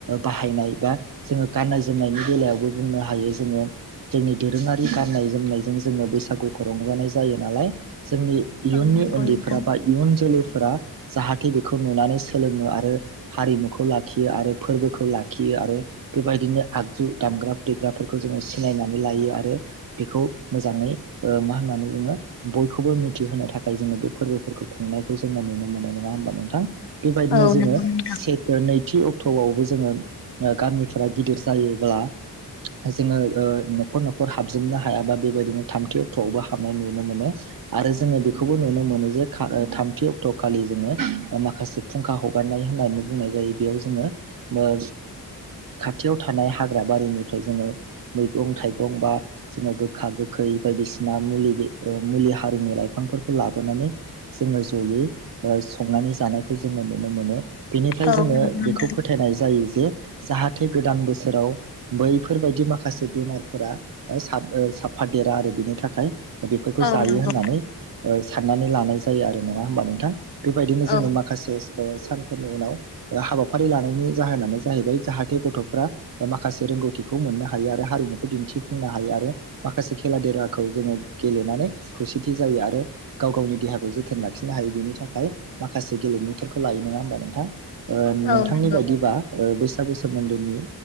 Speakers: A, on the right; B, on the left.
A: बाहायनाय बा जोङो गाननाय जोमनायनि बेलायावबो बुंनो हायो जोङो जोंनि दोरोङारि गाननाय जोमनायजों जोङो बैसागुखौ रंजानाय जायो नालाय। जोंनि इयुननि
B: औ नंगौ
A: उन्दैफ्रा
B: नोंथां
A: बा इयुन जोलै। फोरा जाहाथे बेखौ नुनानै सोलोङो आरो। आरो हारिमुखौ लाखियो आरो फोरबोखौ लाखियो आरो बेबायदिनो आगजु दामग्रा देग्राफोरखौ जोङो सिनायनानै लायो आरो बेखौ मोजाङै ओ मा होननानै बुङो बयखौबो मिथिहोनो थाखाय जोङो बेफोर फोरबोफोरखौ खुंनायखौ जोङो नुनो मोनो नङा होमबा नोंथां। बेबायदिनो
B: औ
A: जोङो।
B: नंगौ नोंथां
A: से ओ नै थि अक्ट'आवबो जोङो गामिफोरा गिदिर जायोब्ला जोङो ओ न'खर न'खर हाबजोबनो हायाबा बेबायदिनो थामथि अक्ट'आवबो हाबनाय नुनो मोनो आरो जोङो बेखौबो नुनो मोनो जे थामथि अक्ट' खालि जोङो माखासे फुंखा हगार नाय होननानै बुंनाय जायो बेयाव जोङो खाथियाव थानाय हाग्रा बारिनिफ्राय जोङो मैगं थाइगं बा जोङो गोखा गोखै बायदिसिना मुलि मुलि हारिनि लाइफांफोरखौ लाबोनानै जोङो जयै संनानै जानायखौ जोङो नुनो मोनो। <inaudible> बेनिफ्राय
B: औ
A: जोङो
B: नंगौ नोंथां
A: बेखौ फोथायनाय जायो जे जाहाथे गोदान बोसोराव बैफोरबायदि माखासे बेमारफोरा साब साफादेरा आरो बिनि थाखाय बेफोरखौ
B: औ
A: जायो
B: नंगौ नोंथां औ नंगौ
A: होननानै ओ साननानै लानाय जायो आरो नङा होमबा नोंथां। बेबायदिनो जोङो
B: औ
A: माखासे ओ सान फोरनि उनाव हाबाफारि लानायनि जाहोनानो जाहैबाय जाहाथे गथ'फ्रा माखासे रोंगौथिखौ मोननो हायो आरो हारिमुखौ दिन्थिफुंनो हायो आरो माखासे खेला देलाखौ जोङो गेलेनानै खौसेथि जायो आरो गाव गावनि देहाखौ जोथोन लाखिनो हायो बेनि थाखाय माखासे गेलेमुफोरखौ लायो नङा होमबा। नोंथां। ओ नोंथांनि
B: औ नंगौ
A: बायदिबा ओ बैस सागु सोमोन्दैनि